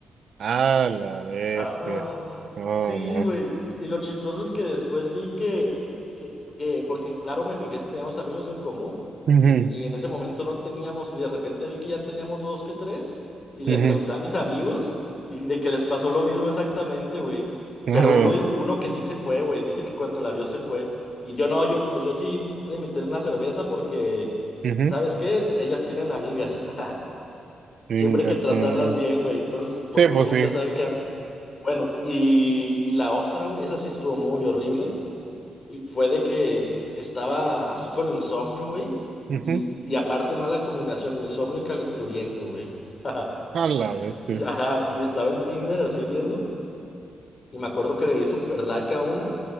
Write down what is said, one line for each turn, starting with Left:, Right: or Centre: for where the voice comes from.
Right: Ah, la bestia.
Left: Ah,
Right: No,
Left: sí,
Right: no.
Left: güey. Y, y lo chistoso es que después vi que, que, que- porque claro, me fijé si teníamos amigos en común
Right: Ujú,
Left: y, y en ese momento no teníamos y de repente vi que ya teníamos dos que tres y le
Right: ujú.
Left: pregunté a mis amigos y de que les pasó lo mismo exactamente, güey.
Right: Ah,
Left: Pero uno, di- uno que sí se fue, güey, dice que cuando la vio se fue. Y yo no, yo, pues yo sí le invité una cerveza porque,
Right: ujú,
Left: ¿sabes qué? Ellas tienen amigas. <laughs>
Right: tienes
Left: Siempre hay
Right: razón.
Left: que tratarlas
Right: ¿no?
Left: bien, güey. Entonces,
Right: Sí,
Left: porque uno
Right: pues
Left: nunca
Right: sí.
Left: sabe qué, bueno, y, y la otra, güey, esa sí estuvo muy horrible. Y fue de que estaba así con insomnio, güey.
Right: ujú,
Left: Y, y aparte mala combinación, insomnio y calenturiento, güey. <laughs>
Right: A la bestia.
Left: Y, ajá, y estaba en Tinder así viendo. Y me acuerdo que le di super like a una.